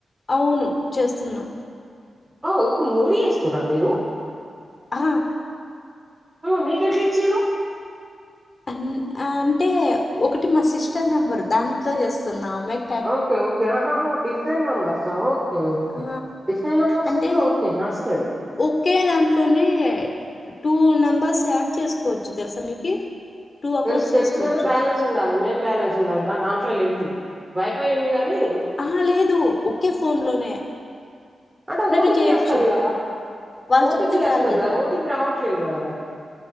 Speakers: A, on the left; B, on the right.
A: అవును చేస్తున్నా
B: ఓ ఇప్పుడు మూడి చేస్తుర్రా మీరు?
A: ఆ
B: ఉ మీకెట్ల ఇచ్చిర్రు
A: అం ఆ అంటే ఒకటి మా సిస్టర్ నెంబరు దాంట్లో చేస్తున్నా మెక్
B: ఓకే ఓకే ఆహహ దీ డిఫరెంట్ నెంబర్సా ఓకే ఓకే,
A: ఆ
B: డిఫరెంట్ నెంబర్స్
A: అంటే
B: అయితే ఓకే నడుస్తది.
A: ఒకే దాంట్లోనే టూ నెంబర్స్ యాడ్ చేసుకోవచ్చు తెలుసా మీకీ, టూ అకౌంట్స్
B: తెలుసు తెలుసు
A: చేసుకోవచ్చు.
B: గాని బ్యాలెన్స్ ఉండాలి మెయిన్ బ్యాలెన్స్ ఉండాలిరా దాంట్లో లేవ్వు, వైఫై ఉంది గాని
A: ఆహ లేదు ఒకే ఫోన్ లోనే
B: అంటే
A: రెండు
B: ఓ టీ
A: చేయొచ్చు
B: పీ అస్తది కదా.
A: వాళ్ళు
B: ఓ
A: చెప్తే
B: టీ పీ అస్తది
A: చాలు
B: కదా ఓ టీ పీ రావట్లేదు కదా నాకు